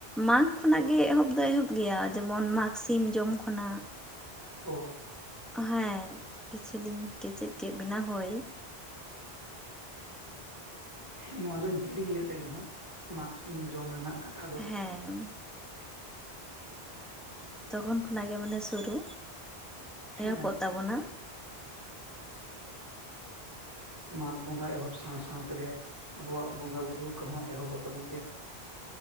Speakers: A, in the centre; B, on the right (about 20°).
A: ᱢᱟᱜᱽ ᱠᱷᱚᱱᱟᱜ ᱜᱮ ᱮᱦᱚᱵ ᱫᱚ ᱮᱦᱚᱵ ᱜᱮᱭᱟ ᱡᱮᱢᱚᱱ ᱢᱟᱜᱽ ᱥᱤᱢ ᱡᱚᱢ ᱠᱷᱚᱱᱟᱜ᱾
B: ᱳ᱾
A: ᱦᱮᱸ ᱠᱤᱪᱷᱤ ᱞᱤᱧ ᱠᱮᱪᱮᱫ ᱠᱮᱜ ᱵᱤᱱᱟ ᱦᱳᱭ᱾
B: ᱱᱚᱣᱟ ᱫᱚᱧ ᱦᱤᱲᱤᱧ ᱞᱮᱫ ᱛᱟᱸᱦᱮ ᱤᱧ ᱦᱚᱸ ᱢᱟᱜᱽ ᱥᱤᱢ ᱡᱚᱢ ᱨᱮᱱᱟᱜ ᱠᱟᱛᱷᱟ ᱫᱚ᱾
A: ᱦᱮᱸ᱾ ᱛᱚᱠᱷᱚᱱ ᱠᱷᱚᱱᱟᱜ ᱜᱮ ᱢᱟᱱᱮ ᱥᱩᱨᱩ
B: ᱦᱮᱸ
A: ᱮᱦᱚᱵᱚᱜ ᱛᱟᱵᱚᱱᱟ᱾
B: ᱢᱟᱜᱽ ᱵᱚᱸᱜᱟ ᱮᱦᱚᱵ ᱥᱟᱶ ᱥᱟᱶ ᱛᱮᱜᱮ ᱟᱵᱚᱣᱟᱜ ᱵᱚᱸᱜᱟ ᱵᱩᱨᱩ ᱠᱚ ᱦᱚᱸ ᱮᱦᱚᱵᱚᱜ ᱛᱟᱵᱚᱱ ᱜᱮᱭᱟ᱾